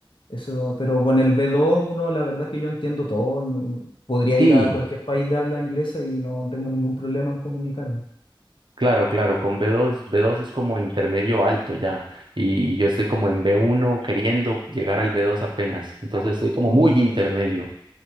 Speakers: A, on the left; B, on the right.
A: Eso, pero con el B2, uno, la verdad es que yo entiendo todo. no- no- Podría
B: sí,
A: ir a cualquier país de habla inglesa y no tengo ningún problema en comunicarme.
B: claro, claro, con B2, B2 es como intermedio alto ya, y yo estoy como en B1 queriendo llegar al B2 apenas, entonces estoy como
A: Mm,
B: muy intermedio.